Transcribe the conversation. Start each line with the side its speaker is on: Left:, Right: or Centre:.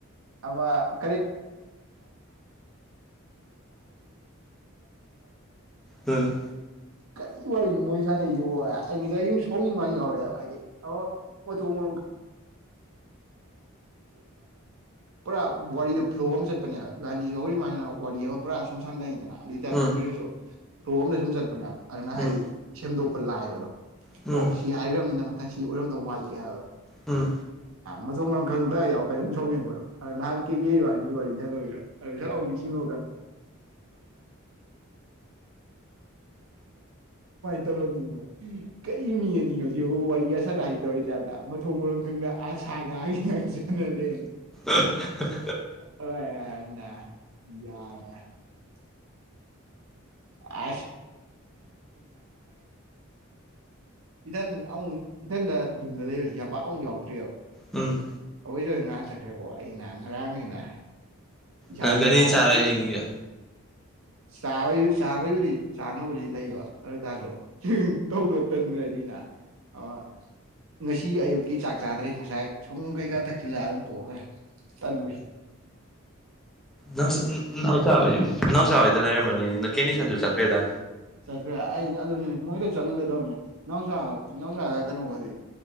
Right: <unintelligible> ꯂꯛꯑꯦ
Centre: ꯎꯝ
Right: ꯀꯔꯤ ꯋꯥꯔꯤꯅꯣ ꯃꯣꯏ ꯁꯥꯅꯩꯁꯤꯕꯣ ꯑꯩ ꯉꯁꯥꯏ ꯌꯨꯝ ꯁꯥꯎꯅꯤꯡꯉ ꯌꯥꯎꯔꯛꯑꯦꯕ ꯍꯥꯏꯗꯤ ꯃꯊꯣꯡ <unintelligible> ꯄꯨꯔꯥ ꯋꯥꯔꯤꯗꯣ ꯐ꯭ꯂꯣ ꯑꯃ ꯆꯠꯄꯅꯦꯕ ꯏꯕꯥꯅꯤ ꯍꯧꯔꯤꯃꯥꯏꯅ ꯋꯥꯔꯤ ꯑꯃ ꯄꯨꯔꯥ ꯁꯨꯝ ꯁꯥꯟꯅꯩꯗꯅ ꯑꯗꯨ ꯇꯥꯏꯞꯇ
Centre: ꯎꯝ
Right: ꯃꯣꯏ ꯐ꯭ꯂꯣ ꯑꯃꯗꯤ ꯆꯠꯄꯅꯦꯕ ꯑꯗꯨꯅ ꯍꯥꯏꯗꯤ
Centre: ꯎꯝ
Right: ꯁꯦꯝꯗꯣꯛꯄ ꯂꯥꯏꯕꯗꯣ
Centre: ꯎꯝ
Right: ꯑꯣ ꯁꯤ ꯍꯥꯏꯈ꯭ꯔꯕꯅꯤꯅ ꯃꯊꯪ ꯁꯤ ꯑꯣꯏꯔꯝꯗꯧ ꯃꯥꯜꯂꯤ ꯍꯥꯏꯕꯗꯣ
Centre: ꯎꯝ
Right: ꯃꯊꯣꯡ ꯃꯔꯝ ꯈꯪꯗ ꯌꯥꯎꯀ ꯑꯗꯨꯝ ꯁꯧꯅꯤꯡ ꯉꯛꯄꯗꯣ ꯅꯍꯥꯟ ꯀꯦꯀꯦ ꯏꯕꯥꯅꯤ ꯋꯥꯔꯤ ꯁꯅꯕꯩꯗꯣ <unintelligible> ꯀꯃꯥꯏꯅ ꯇꯧꯔꯕꯝꯅꯤꯅꯣ ꯀꯔꯤ ꯃꯤ ꯍꯥꯏꯅꯤꯅꯣꯖꯤꯛꯕꯨ ꯋꯥꯔꯤ ꯑꯁꯥꯗ ꯍꯥꯏꯇꯧꯔꯤ ꯇꯥꯏꯞꯇ ꯃꯊꯣꯡ ꯃꯔꯝ ꯈꯪꯗ ꯑꯁꯥꯒ ꯌꯥꯝ ꯆꯥꯟꯅ ꯂꯩ
Centre: <unintelligible>
Right: <unintelligible> <unintelligible> ꯏꯊꯟ ꯑꯃꯨꯛ ꯏꯊꯟꯗ ꯌꯨꯝꯗ ꯂꯩꯕꯁꯤ ꯌꯥꯄꯥꯛ ꯑꯃꯨꯛ ꯌꯥꯎꯗ꯭ꯔꯦꯑꯕ
Centre: ꯎꯝ
Right: ꯑꯩꯈꯣꯏꯁꯨ ꯉꯔꯥꯡ ꯆꯠꯈ꯭ꯔꯦꯀꯣ ꯑꯩꯅ ꯉꯔꯥꯡꯁꯤꯅ ꯏꯁꯥ
Centre: ꯅꯪ ꯀꯔꯤ
Right: ꯅꯨꯡꯉꯥꯏꯀꯤ
Centre: ꯆꯥꯔ ꯍꯤꯡꯉꯤꯒꯦ
Right: ꯆꯥꯕ ꯆꯥꯕꯩꯕꯨꯗꯤ ꯆꯥꯅꯕꯕꯨꯗꯤ ꯂꯩꯕ ꯑꯗꯨ ꯑꯣꯏꯇꯥꯔꯁꯨ ꯇꯧꯗꯣ ꯇꯟꯗ꯭ꯔꯗꯤ ꯑꯥ ꯉꯁꯤ ꯑꯌꯨꯛꯀꯤ ꯆꯥꯛ ꯆꯥꯗ꯭ꯔꯤ ꯉꯁꯥꯏ ꯁꯣꯒꯣꯝ ꯀꯩꯀꯥ ꯊꯛꯆꯜꯂꯒ ꯑꯗꯨꯝ ꯇꯣꯛꯑꯈ꯭ꯔꯦ ꯇꯟꯕꯁꯤ
Centre: ꯅꯪꯁꯨ ꯅꯥꯎꯆ ꯅꯥꯎꯆꯍꯣꯏꯗ ꯂꯩꯔꯝꯃꯅꯤ ꯀꯦꯕꯤꯁꯟꯍꯣꯏꯁꯨ ꯆꯠꯈ꯭ꯔꯦꯗ
Right: ꯆꯠꯈ꯭ꯔꯦ ꯑꯩ ꯑꯗꯨꯅꯤ ꯃꯣꯏꯗ ꯆꯠꯂꯨꯒꯦ ꯇꯧꯕꯅꯤ ꯅꯥꯎꯆꯥ ꯅꯥꯎꯆꯥ ꯅꯠꯇꯅ ꯋꯥꯔꯤ